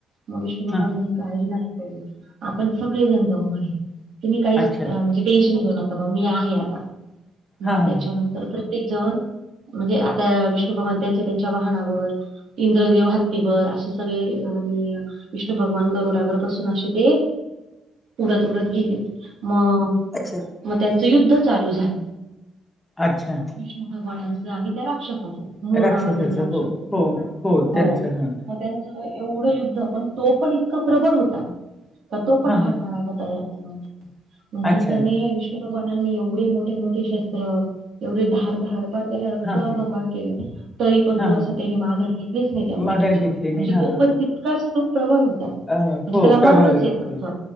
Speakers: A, on the right; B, on the left.
A: मग विष्णु
B: हां,
A: भगवान
B: हां.
A: म्हणे. काळजी लागते रे आपण सगळेजण जाऊ म्हणे तुम्ही काही
B: अच्छा.
A: म्हणजे. टेशन घेऊ नका बा मी आहे आता. मग
B: हां, हां,
A: त्याच्यानंतर
B: हां.
A: प्रत्येक जण म्हणजे आता विष्णू भगवान त्यांच्या त्यांच्या वाहनावर. इंद्रदेव हत्तीवर असे सगळे. विष्णू भगवान गरुडावर बसून असे ते. उडत उडत गेले मग
B: अच्छा.
A: मग त्यांचं युद्ध चालू झालं.
B: अच्छा.
A: विष्णू भगवानाच आणि त्या राक्षसाच. मूर्
B: राक्षसाचं
A: नावाचा जो राक्षस
B: हो, हो,
A: हो.
B: त्यांचं हां.
A: त्यांच एवढं युद्ध पण तो पण इतका प्रबळ होता तर तो पण
B: हां,
A: हार
B: हां.
A: मानायला तयार हो. म्हणजे
B: अच्छा.
A: त्याने विष्णू भगवानाांनी एवढे मोठे मोठे शेत. एवढे धार धारपार त्याला रक्त
B: हां, हां.
A: भबाळ केलं. तरी पण
B: हां,
A: तो असं
B: हां.
A: त्यानी माघार घेतलीच नाही त्या गोष्टीची,
B: माघार घेतली
A: म्हणजे
B: नाही. हां,
A: तो
B: हां.
A: पण तितकाच तो प्रबळ होता. म्हणजे
B: अ, हो
A: त्याला
B: प्रभावित
A: मरणच येत नव्हतं,
B: झालं.